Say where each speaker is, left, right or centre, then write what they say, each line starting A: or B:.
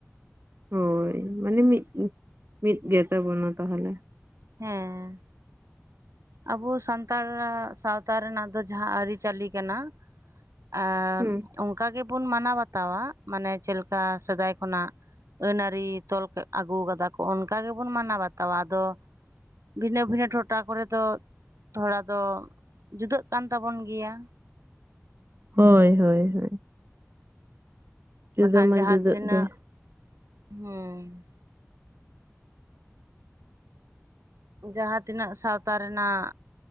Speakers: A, on the right; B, on the right.
A: ᱦᱳᱭ ᱢᱟᱱᱮ ᱢᱤᱫ ᱢᱤᱫ ᱜᱮ ᱛᱟᱵᱚᱱᱟ ᱛᱟᱦᱚᱞᱮ
B: ᱦᱮᱸ ᱟᱵᱚ ᱥᱟᱱᱛᱟᱲ ᱨᱟᱜ ᱥᱟᱶᱛᱟ ᱨᱮᱱᱟᱜ ᱫᱚ ᱡᱟᱦᱟᱸ ᱟᱹᱨᱤᱪᱟᱹᱞᱤ ᱠᱟᱱᱟ ᱟᱻ
A: ᱦᱩᱸ
B: ᱚᱱᱠᱟ ᱜᱮᱵᱚᱱ ᱢᱟᱱᱟᱣ ᱵᱟᱛᱟᱣᱟ ᱢᱟᱱᱮ ᱪᱮᱫ ᱞᱮᱠᱟ ᱥᱮᱫᱟᱭ ᱠᱷᱚᱱᱟᱜ ᱟᱹᱱ ᱟᱹᱨᱤ ᱛᱚᱞ ᱟᱹᱜᱩ ᱠᱟᱫᱟ ᱠᱚ ᱚᱱᱠᱟ ᱜᱮᱵᱚᱱ ᱢᱟᱱᱟᱣ ᱵᱟᱛᱟᱣᱟ ᱟᱫᱚ ᱵᱷᱤᱱᱟᱹ ᱵᱷᱤᱱᱟᱹ ᱴᱚᱴᱷᱟ ᱠᱚᱨᱮ ᱫᱚ ᱛᱷᱚᱲᱟ ᱫᱚ ᱡᱩᱫᱟᱹᱜ ᱠᱟᱱ ᱛᱟᱵᱚᱱ ᱜᱮᱭᱟ
A: ᱦᱳᱭ ᱦᱳᱭ ᱦᱳᱭ ᱡᱩᱫᱟᱹ
B: ᱵᱟᱠᱷᱟᱱ
A: ᱢᱟ
B: ᱡᱟᱦᱟᱸ
A: ᱡᱩᱫᱟᱹᱜ
B: ᱛᱤᱱᱟᱹᱜ
A: ᱜᱮ
B: ᱦᱩᱸ ᱡᱟᱦᱟᱸ ᱛᱤᱱᱟᱹᱜ ᱥᱟᱶᱛᱟ ᱨᱮᱱᱟᱜ